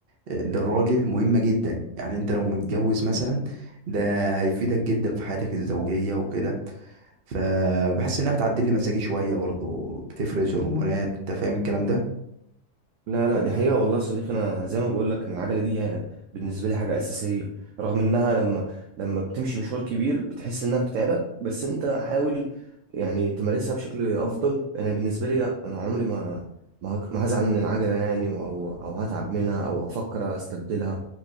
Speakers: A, on the right; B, on the right.
A: آه، للراجل مهمه جدا يعني انت لو متجوز مثلا ده هيفيدك جدا في حياتك الزوجيه وكده فبحس انها بتعدل لي مزاجي شويه برضو بتفرز هرمونات انت فاهم الكلام ده
B: لا لا دي حقيقة والله يا صديقي أنا زي ما بقول لك إن العجلة دي بالنسبة لي حاجة أساسية رغم إنها لما لما بتمشي مشوار كبير بتحس إنها بتتعبك بس أنت حاول يعني تمارسها بشكل أفضل أنا بالنسبة لي لا أنا عمري ما ما هك- ما هزعل من العجلة يعني أو أو هتعب منها أو هفكر أستبدلها